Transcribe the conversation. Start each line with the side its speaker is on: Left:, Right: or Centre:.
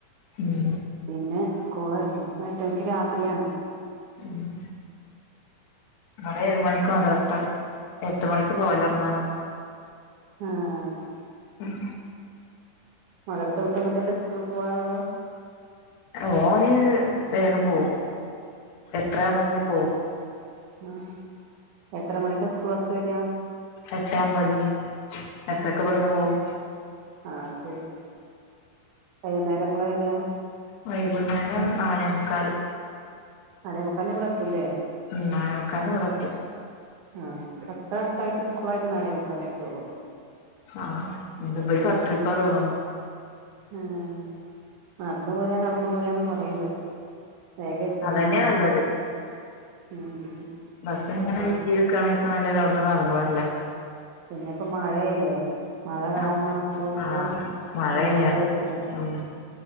Left: ഉം
Right: പിന്നെ സ്കൂള് പിന്നെ മറ്റൊല്ക്ക് രാത്രിയാണ്
Left: ഉം ഇടെ ഏഴുമണിക്ക് മദ്രസ എട്ട് മണിക്ക് പോവലാ <unintelligible>
Right: ആഹ്
Left: ഉം
Right: മദ്രസ വിട്ട് വന്നിട്ട് അല്ലേ സ്കൂളി പോകറോ ഒള്ളു
Left: ഓന് വേഗം പോവും എട്ടാരമ്പത്തിനേ പോവൂം
Right: ആഹ് എത്ര മണിക്കാ സ്കൂള് ബെസ് വേരിക
Left: എട്ടേ അമ്പതിന് ഏട്ടരക്ക് ഇബടന്ന് പോവും
Right: ആഹ് ശേരി വൈക്ന്നേരം എപ്പളാ വെരാ
Left: വൈക്ന്നേരം നാലേ മുക്കാല്
Right: നാലേ മുക്കാല് ഇവടെ എത്തൂല്ലേ
Left: ഉം നാലേ മുക്കാലിന് ഇവടെ എത്തും
Right: ആഹ് തെട്ട് അട്ത്തായിട്ട് സ്കൂളായിട്ട് നാലെ മുക്കാലിനെ എത്തു ഒള്ളൂ
Left: ആഹ് ഇത് വഴി ഫസ്റ്റ് ട്രിപ്പാ തോന്നണു
Right: ആഹ് നടന്ന് പോരാ നടന്ന് പോരാന്ന് പറയ്ണ്ട് വേഗം എത്തും
Left: അതന്നെയാ
Right: പർഞ്ഞ്
Left: നല്ലത്
Right: ഉം
Left: ബസ് ഇങ്ങനെ
Right: അപ്പൊ
Left: വെയ്റ്റ്യ്ത്ക്കാണേ ഇക് നല്ലത് അവടന്ന് നടന്ന് പോരാലാ
Right: പിന്നെ ഇപ്പം മയായല്ലേ മയാ കാരണം
Left: ആഹ്
Right: ആവ്മ്പോ ഇപ്പം
Left: ആഹ് മഴ
Right: എടങ്ങേറല്ലെ
Left: പെയ്യണം
Right: ച്ട്ടണേ
Left: ഉം